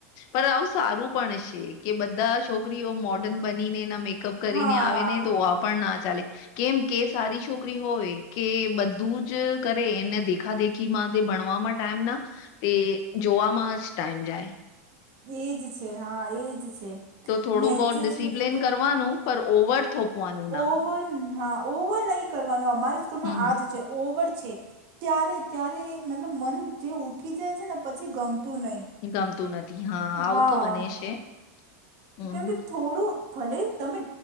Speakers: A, on the left (about 45°); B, on the right (about 45°).
A: પણ આવું સારું પણ છે કે, બધા છોકરીઓ મોર્ડર્ન બનીને એના મેકઅપ કરીને
B: હા
A: આવે નહીં તેવા, પણ ના ચાલે. કેમ કે, સારી શું? નોકરી હોય કે બધું જ કરે, એને દેખા દેખીમાં તે ભણવામાં ટાઈમ ના તે જોવામાં જ ટાઈમ જાય.
B: એજ છે. હા, એજ છે.
A: તો થોડું
B: નેચે
A: બહુત ડિસિપ્લિન
B: સુધી તો
A: કરવાનું પણ, ઓવર થોપવાનું ના.
B: ઓવર હા, ઓવર નહીં કરવાનું. અમારી સ્કૂલમાં
A: હમ
B: આજ છે, ઓવર છે. ત્યારે ત્યારે એ મતલબ, મન જે ઊઠી જાય છે ને પછી ગમતું નહીં.
A: ગમતું નથી. હા, આવું
B: હા
A: તો બને છે. હમ
B: કેમ કે, થોડું ભલે તમે